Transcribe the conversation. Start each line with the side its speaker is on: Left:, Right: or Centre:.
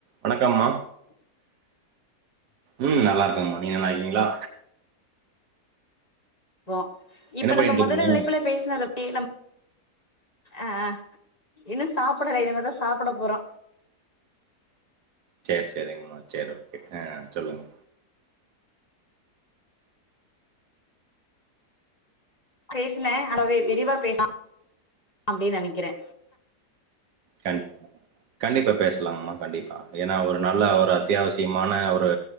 Right: வணக்கம்மா
Left: <inaudible>
Right: ம் நல்லா இருக்கேங்மா நீங்க நல்லா இருக்கீங்களா?
Left: அப்றோ இப்ப
Right: என்ன பண்ணிட்டு
Left: நம்ம மொதல்
Right: இருக்கீங்க
Left: இணைப்புல பேசினத அப்டியே நம் ஆ இன்னு சாப்படல இனிமே சாப்பட போறோ
Right: சேரி சேரிங்மா சேரி ஓகே ஆ சொல்லுங்
Left: பேசினே அதவே விரிவா பேசலா அப்டின்னு நெனைக்கிறே
Right: கண்டி கண்டிப்பா பேசலாங்மா கண்டிப்பா ஏன்னா ஒரு நல்ல ஒரு அத்தியாவசியமான ஒரு